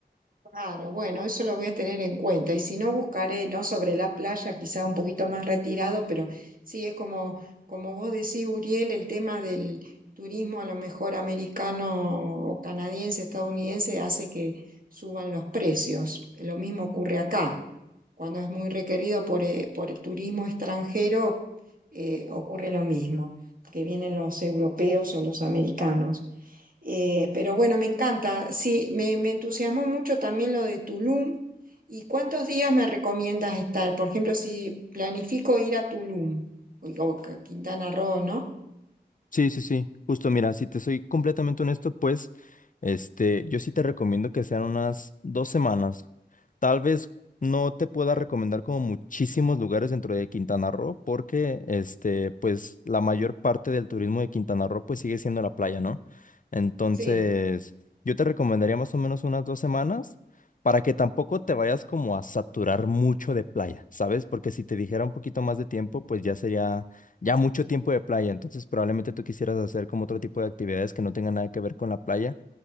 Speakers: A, on the right (about 55°); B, on the left (about 50°).
A: Claro, bueno, eso lo voy a tener en cuenta. Y si no, buscaré, no sobre la playa, quizá un poquito más retirado, pero sí es como, como vos decís, Uriel, el tema del turismo a lo mejor americano, o canadiense, estadounidense, hace que suban los precios. Lo mismo ocurre acá. Cuando es muy requerido por, eh, por el turismo extranjero, eh, ocurre lo mismo, que vienen los europeos o los americanos. Eh, pero bueno, me encanta. Sí, me, me entusiasmó mucho también lo de Tulum. ¿Y cuántos días me recomiendas estar? Por ejemplo, si planifico ir a Tulum o, o a Quintana Roo, ¿no?
B: Sí, sí, sí, justo mira, si te soy completamente honesto, pues este, yo sí te recomiendo que sean unas dos semanas. Tal vez no te pueda recomendar como muchísimos lugares dentro de Quintana Roo, porque este, pues la mayor parte del turismo de Quintana Roo pues sigue siendo la playa, ¿no? Entonces,
A: Sí.
B: yo te recomendaría más o menos unas dos semanas para que tampoco te vayas como a saturar mucho de playa, ¿sabes? Porque si te dijera un poquito más de tiempo, pues ya sería ya mucho tiempo de playa, entonces probablemente tú quisieras hacer como otro tipo de actividades que no tengan nada que ver con la playa.